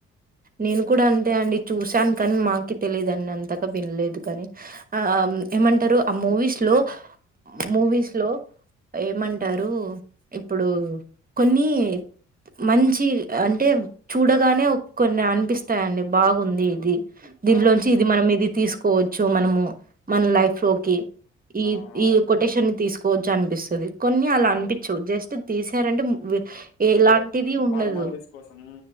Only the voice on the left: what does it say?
ఆ మూవీ
ఆ
ఆ ఆ
ఆ
ఏదో
ఫార్మాల్టి కోసం